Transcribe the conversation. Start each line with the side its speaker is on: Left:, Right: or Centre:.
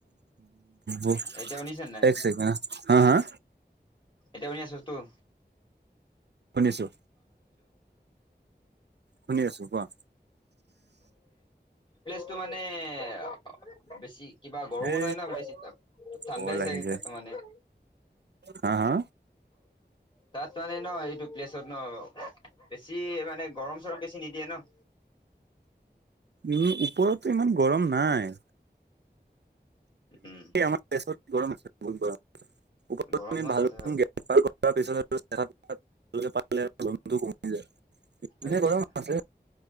Right: ব
Left: এতিয়া শুনিছা নাই
Right: এক চেকেণ্ড হা হা।
Left: এতিয়া শুনি আছে তো-।
Right: শুনিছো শুনি আছো কোৱা!
Left: তটো মানে-। বেছি কিবা গৰমো
Right: এ
Left: নহ ন বেছি তাত ঠাণ্ডাই
Right: কল
Left: চাগে
Right: আহি যায়
Left: তাত মানে-।
Right: হা হা।
Left: তাত মানে ন এইটো প্লেচত ন বাৰু-। বেছি মানে গৰম চৰম বেছি নিদিয়ে ন-।
Right: উম ওপৰতো ইমান গৰম নাই।
Left: উম
Right: আমাৰছত গৰম আছে বহুত গৰম আ।
Left: গৰম
Right: মি
Left: ন
Right: ভাল
Left: তাতে
Right: গ্ৰে্তাৰ কৰাৰ পিছত। পালে বন্ধু কমি যায়। এনে
Left: আচ্ছা
Right: গৰম আছে